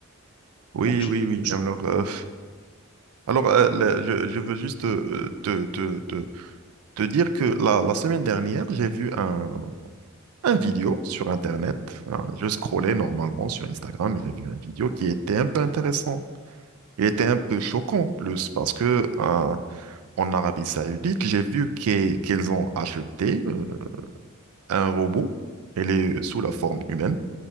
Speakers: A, on the right; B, on the left.
A: Oui,
B: Donc
A: oui,
B: je...
A: oui. Alors,
B: Mhm,
A: euh, alors euh, le- je, je veux juste euh, te, te, te, te dire que la, la semaine dernière, j'ai vu un, un vidéo sur Internet. hein, Je scrollais normalement sur Instagram et j'ai vu un vidéo qui était un peu intéressant. Il était un peu choquant en plus parce que euh, en Arabie Saoudite, j'ai vu qu'e- qu'ils ont acheté euh, un robot. Elle est sous la forme humaine